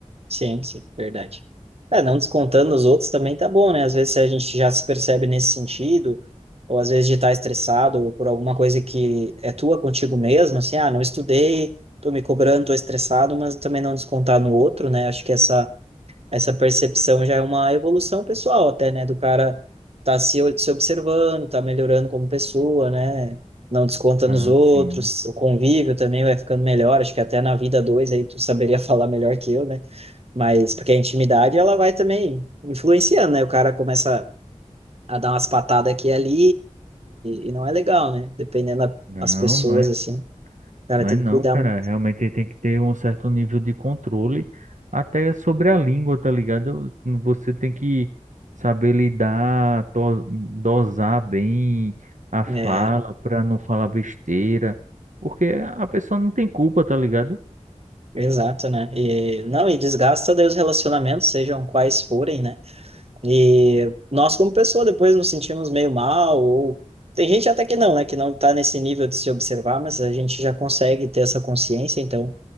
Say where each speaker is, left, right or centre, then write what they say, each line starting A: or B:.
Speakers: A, on the right; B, on the right.
A: Sim, sim, verdade. É, não descontando os outros também tá bom, né? Às vezes a gente já se percebe nesse sentido, ou às vezes de estar estressado ou por alguma coisa que é tua contigo mesmo, assim, ah, não estudei, tô me cobrando, tô estressado, mas também não descontar no outro, né? Acho que essa essa percepção já é uma evolução pessoal até, né? Do cara tá se, se observando, tá melhorando como pessoa, né? Não desconta
B: Ah,
A: nos outros,
B: sim.
A: o convívio também vai ficando melhor, acho que até na vida dois aí tu saberia <laughs> falar melhor que eu, né? Mas porque a intimidade ela vai também influenciando, né? O cara começa a dar umas patadas aqui e ali e, e não é legal, né? Dependendo da-
B: Não,
A: das pessoas,
B: não é.
A: assim, o cara
B: Não
A: tem
B: é não,
A: que cuidar
B: cara.
A: muito.
B: Realmente ele tem que ter um certo nível de controle até sobre a língua, tá ligado? Você tem que saber lidar, to- dosar bem a fala
A: É,
B: pra não falar besteira, porque a pessoa não tem culpa, tá ligado?
A: exato, né? E, não, e desgasta daí os relacionamentos, sejam quais forem, né? E nós, como pessoa, depois nos sentimos meio mal, ou tem gente até que não, né, que não está nesse nível de se observar, mas a gente já consegue ter essa consciência, então